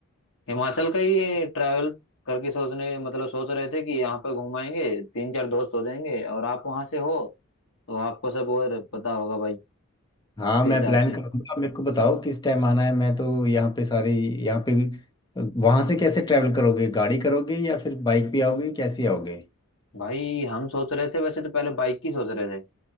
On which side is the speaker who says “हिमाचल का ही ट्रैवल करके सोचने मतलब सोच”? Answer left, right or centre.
Left